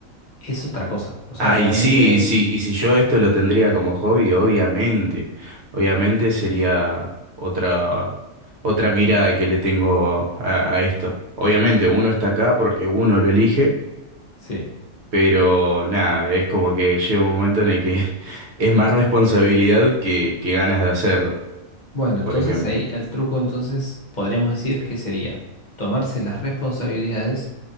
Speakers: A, on the left; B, on the right.
A: es otra cosa. O sea,
B: Ah,
A: realmente
B: y sí, y sí, y si yo esto lo tendría como hobby, obviamente, obviamente sería otra, otra mirada que le tengo a, a esto. Obviamente, uno está acá porque uno lo elige
A: sí.
B: Pero nada, es como que llega un momento en el que <laughs> es más responsabilidad que, que ganas de hacerlo,
A: Bueno, entonces
B: por ejemplo.
A: ahí el truco, entonces podríamos decir que sería tomarse las responsabilidades